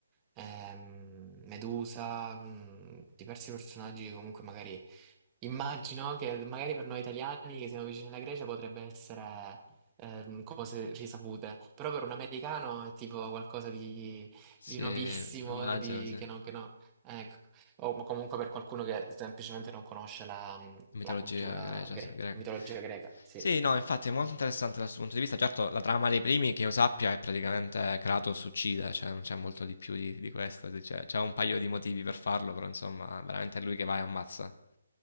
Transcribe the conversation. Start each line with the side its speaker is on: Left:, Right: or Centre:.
Right: ehm, Medusa, mm, diversi personaggi che comunque magari Immagino che magari per noi italiani che siamo vicini alla Grecia potrebbe essere ehm, cose risapute, però per un americano è tipo qualcosa di,
Left: sì,
Right: di nuovissimo,
Left: immagino,
Right: di,
Left: sì.
Right: che non, che no. Ecco. O ma comunque per qualcuno che semplicemente non conosce la, mh,
Left: Mitologia
Right: la cultura
Left: grecia,
Right: greca,
Left: sì, greca.
Right: la mitologia greca, sì.
Left: Sì, no, infatti è molto interessante da questo punto di vista. Certo, la trama dei primi, che io sappia, è praticamente Kratos uccide, cioè non c'è molto di più di, di questo. Cioè, c'è c'è un paio di motivi per farlo, però insomma, veramente è lui che va e ammazza.